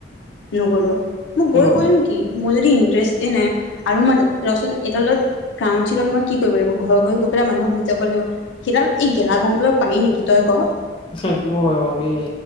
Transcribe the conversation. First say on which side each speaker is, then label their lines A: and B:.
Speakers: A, on the left; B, on the left.
A: নগলো, মই
B: কিয়
A: গৈ কৰিম কি মোৰ যদি ইন্টাৰেষ্ট নাই। আৰু মই ৰচুন এডালত গ্ৰাউন চিকন মই। কি কৰিব লাগিব, ঘৰৰ গৈ গৈ পেলাই মানুহক বুজ যাব লাগিব সেইডাল এই গেলা গমজলৰ পাৰি নেকি তই ক?
B: সেইটো হয় বাৰু দেই।